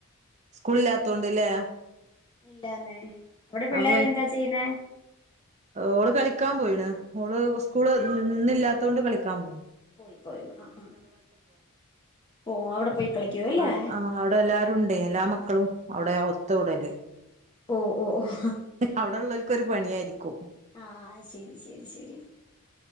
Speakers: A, on the right (about 30°); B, on the left (about 20°).
A: സ്കൂള് ഇല്ലാത്തൊണ്ട് ല്ലേ
B: ഇല്ലന്നേ അവിടെ പിള്ളേർ
A: അപ്പൊ
B: എന്താ ചെയ്യ്ണെ
A: ഓള് കളിക്കാൻ പോയിണ് ഓള് സ്കൂള് ഇന്ന് ഇല്ലാത്തോണ്ട് കളിക്കാൻ പോയിണ്
B: പോയി പോയി അഹ് ആഹ് പോ അവിടെ പോയി കളിക്കൂ അല്ലേ
A: അവിടെ ആഹ് അവിടെ എല്ലാരും ഉണ്ടെ എല്ലാ മക്കളും അവിടെ ഒത്തു കൂടല്
B: ഓഹ് ഓഹ്
A: അവിടെ ഉള്ളവർക്കൊരു പണി ആയിരിക്കും
B: ആഹ് ശരി ശരി ശരി